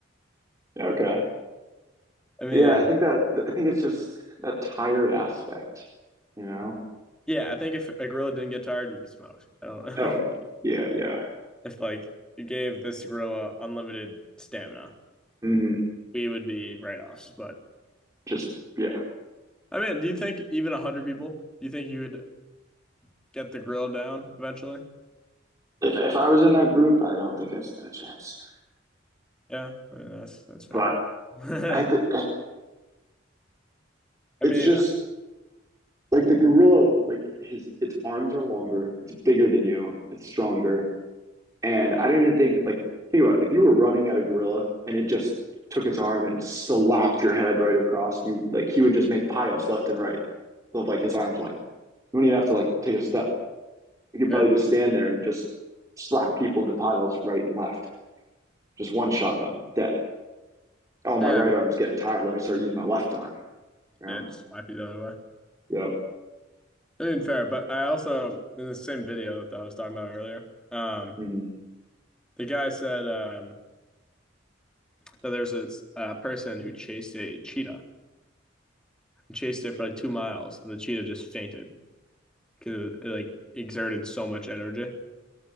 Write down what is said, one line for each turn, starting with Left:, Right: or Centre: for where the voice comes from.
Right: Okay.
Centre: I mean,
Right: Yeah, I think that I think it's just that tired aspect, you know?
Centre: yeah, I think if a gorilla didn't get tired, we'd be smoked. I don't
Right: Oh,
Centre: know.
Right: yeah, yeah.
Centre: <laughs> if like you gave this gorilla unlimited stamina,
Right: hmm
Centre: we would be write offs. But
Right: Just yeah.
Centre: I mean, do you think even 100 people, do you think you would get the grill down eventually.
Right: If if I was in that group, I don't think I'd stand a chance.
Centre: Yeah, I mean that's that's fair.
Right: But
Centre: <laughs>
Right: I think <sighs>
Centre: I
Right: it's
Centre: mean,
Right: just like the gorilla, like his its arms are longer, it's bigger than you, it's stronger, and I don't even think like think about it. If you were running at a gorilla and it just took its arm and slapped your head right across, you like he would just make piles left and right of like his arm's length. You wouldn't even have to like take a step. You could
Centre: yeah,
Right: probably just stand there and just slap people into piles right and left. Just one shot them dead. Oh, my
Centre: yeah,
Right: right arm's getting tired. Let me start using my left arm. You know?
Centre: yeah, just slap you the other way.
Right: Yep.
Centre: I mean, fair, but I also in the same video that I was talking about earlier, um,
Right: hmm
Centre: the guy said um that there's this uh, person who chased a cheetah, chased it for like two miles, and the cheetah just fainted because it, it like exerted so much energy.